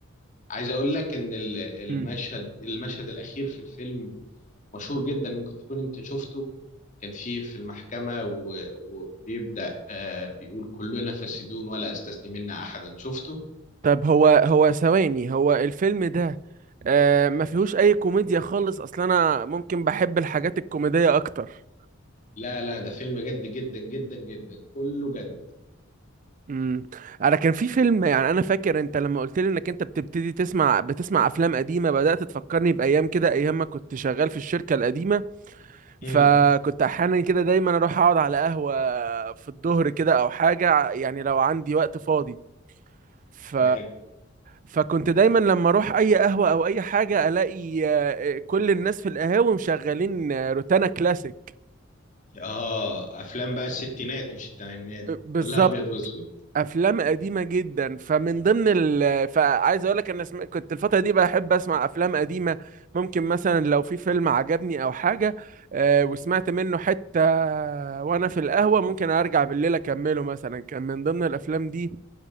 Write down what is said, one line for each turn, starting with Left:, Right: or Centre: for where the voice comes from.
Left: عايز اقول لك ان ال- المشهد
Right: مم.
Left: المشهد الاخير في الفيلم مشهور جدا ممكن تكون انت شفته كان فيه في المحكمة و- وبيبدأ آه، بيقول كلنا فاسدون ولا استثني منا احدا شفته
Right: طب هو هو ثواني هو الفيلم ده آه ما فيهوش اي كوميديا خالص اصلا انا ممكن بحب الحاجات الكوميدية اكتر
Left: لا لا ده فيلم جد جدا جدا جدا كله جد
Right: امم انا كان في فيلم يعني انا فاكر انت لما قلت لي انك انت بتبتدي تسمع بتسمع افلام قديمه بدات تفكرني بايام كده ايام ما كنت شغال في الشركه القديمه
Left: امم
Right: فكنت احيانا كده دايما اروح اقعد على قهوه في الظهر كده او حاجه يعني لو عندي وقت فاضي ف
Left: تمام
Right: فكنت دايما لما اروح اي قهوه او اي حاجه الاقي آه، كل الناس في القهاوي مشغلين آه، روتانا كلاسيك
Left: اه افلام بقى الستينات مش الثمانينات
Right: بالظبط
Left: كلها ابيض واسود
Right: افلام قديمه جدا فمن ضمن ال فعايز اقول لك انا سم... كنت الفتره دي بحب اسمع افلام قديمه ممكن مثلا لو في فيلم عجبني او حاجه آه، وسمعت منه حتى وانا في القهوه ممكن ارجع بالليل اكمله مثلا كان من ضمن الافلام دي